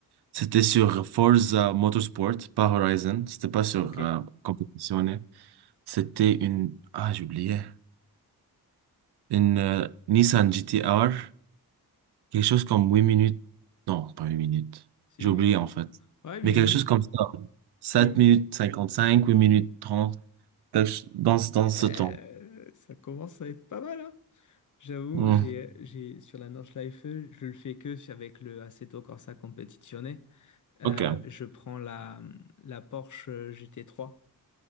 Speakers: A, on the right (about 85°); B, on the left (about 50°).
A: C'était sur Forza Motorsport, pas Horizon. C'était pas sur
B: Ok.
A: euh, compétitionné. C'était une... Ah, j'ai oublié. Une euh, Nissan GT-R. Quelque chose comme 8 minutes. Non, pas 8 minutes.
B: Si.
A: J'ai oublié en fait.
B: Ouais, 8
A: Mais quelque
B: minutes.
A: chose comme ça. sept
B: huit minutes.
A: minutes cinquante cinq huit minutes trente quelque ch- Dans, ce- dans ce
B: Euh,
A: temps.
B: ça commence à être pas mal, hein? J'avoue, moi,
A: Hmm.
B: j'ai, j'ai, sur la Nordschleife, je le fais que avec le Assetto Corsa Competizione. Euh,
A: OK.
B: je prends la, la Porsche GT3